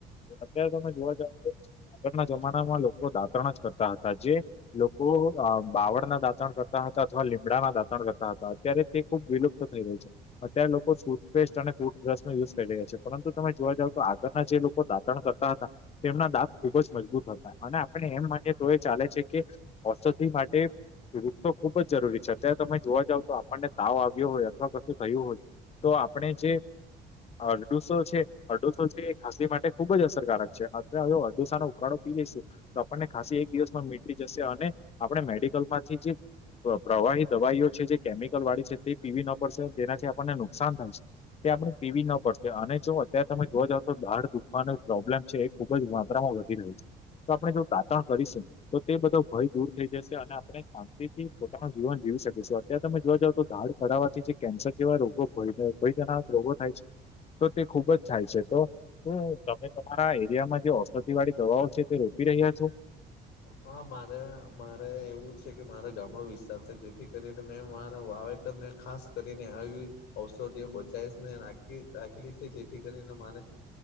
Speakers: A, on the left; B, on the left.
A: અત્યારે તમે જોવા જાવ તો આગળના જમાનામાં લોકો દાંતરણ જ કરતા હતા જે લોકો આ બાવળ ના દાંતણ કરતા હતા અથવા લીમડાના દાંતણ કરતા હતા. અત્યારે તે ખુબ વિલુપ્ત થઈ રહ્યુ છે. અત્યારે લોકો સુથપેસ્ટ અને ટુથબ્રશ નો યુઝ કરી રહ્યા છે પરંતુ તમે જોવા જાવ તો આગળના જે લોકો દા તણ કરતા હતા, એમના દાંત ખુબ જ મજબૂત હતા અને આપણે એમ માનીએ તો એ ચાલે છે કે ઔષધિ માટે વૃક્ષો ખુબ જ જરૂરી છે અત્યારે તમે જોવા જાવ તો આપણને તાવ આવ્યો હોય અથવા કશું થયું હોય તો આપણે જે અરડુસો છે અડોસો છે એ ખાંસી માટે ખુબ જ અસરકારક છે, અ અડોસા નો કાળો પી લઈશું, તો આપણને ખાાસ એક દિવસમાં મીટી જશે અને આપણે મેડિકલ માંથી જે પ્રવાહી દવાઈઓ છે જે કેમિકલ વાળી છે તે પીવી ન પડશે જેનાથી આપણને નુકસાન થાય છે. તે આપણે પીવી ન પડશે અને જો અત્યારે તમે જો જાાવ તો દાળ દુખવાનો પ્રોબ્લેમ છે. ખુબ જ માત્રામાં વધી રહ્યું છે. તો આપણે જો દાંતણ કરીશું તો તે બધો ભય દૂર થઈ જશે અને આપણે શાંતિથી પોતાનું જીવન જીવી શકી શું. અત્યારે તમે જોવા જાવ તો દાઢ ખડવાથી જે કેન્સર જેવા રોગો ભય કોઈ જનાક રોગો થાય છે, તો તે ખુબ જ થાય છે તો તો તમે તમારા એરિયામાં જે ઔષધિ વાળી દવાઓ છે તે રોપી રહ્યા છો?
B: હા મારે મારે, એવું છે કે મારે ગામડો વિસ્તાર છે જેથી કરીને મે મારા વાવેતર ને ખાસ કરીને આવી ઔષધિ બચાઇસ ને રાખી રાખેલી સે જેથી કરીને મારે